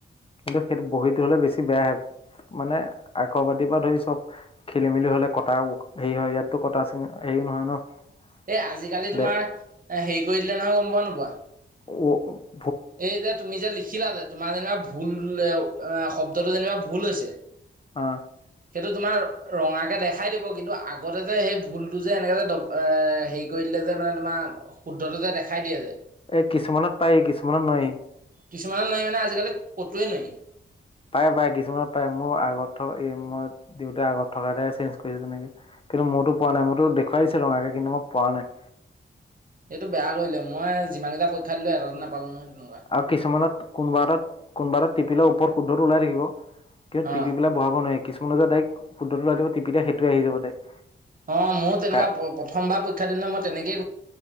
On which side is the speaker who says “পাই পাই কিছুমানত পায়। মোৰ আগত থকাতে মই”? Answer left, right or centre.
Left